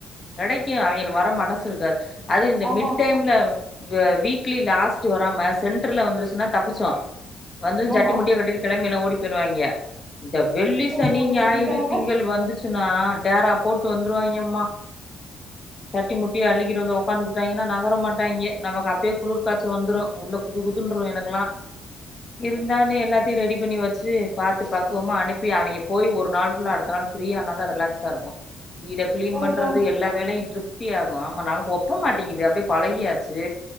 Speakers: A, on the left; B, on the right.
A: கெடைக்கு அவங்களுக்கு வர மனசு இருக்காது அது இந்த
B: அதா
A: மிட் டைம்ல வீக்லி லாஸ்ட்டு வராம சென்ட்ர்ல வந்துருச்சுன்னா தப்பிச்சோ வந்து சட்டி
B: ஆமா
A: முட்டியா கட்டிக் கிழமைல்ல ஓடி போய்டுவாங்க இந்த வெள்ளி
B: ஐயோ
A: சனி
B: வெள்ளிக்கெழம
A: ஞாயிறு திங்கள் வந்துச்சுன்னா டேரா போட்டு வந்துருவாங்க அம்மா சட்டி முட்டி அள்ளிக்கிட்டு வந்து உக்காந்துக் <unintelligible> நகர மாட்டாங்க நமக்கு அப்டியே குளிர் காய்ச்ச வந்துரு உள்ள குதுகுதுன்னுரு எனக்குல்லா இருந்தாலு எல்லாத் தியு ரெடி பண்ணி வச்சு பாத்து பக்குவமா அனுப்பி அவங்க போய் ஒரு நாள் ஃபுல்லா அடுத்த நாள் ஃப்ரீய ஆனாதா ரிலாக்ஸ்சா இருக்கு வீட கிளீன் பண்றது
B: அதா
A: எல்லா வீ வேலையு திருப்தி ஆகு ஆமா நமக்கு ஒப்பமாட்டேங்குது அப்டியே பழகியாச்சு